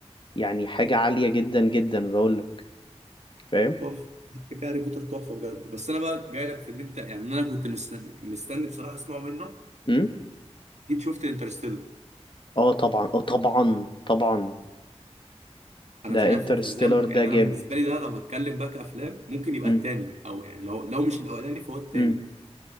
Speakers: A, on the left (about 45°); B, on the right (about 80°).
A: يعني حاجة عالية جدا جدا بقول لك فاهم
B: تحفه فكره هاري بوتر تحفه بجد بس انا بقى جاي لك في اللي انت يعني انا كنت مستني مستني بصراحه اسمعه منه
A: امم
B: جيت شفت انترستيلر
A: اه طبعا اه طبعا طبعا
B: انا
A: ده
B: مش عارف
A: انترستيلر
B: انت ازاي ممكن-
A: ده
B: يعني
A: جامد
B: انا بالنسبه لي ده لو هتكلم بقى كافلام ممكن يبقى
A: امم
B: التاني او يعني لو لو مش الاولاني فهو التاني
A: امم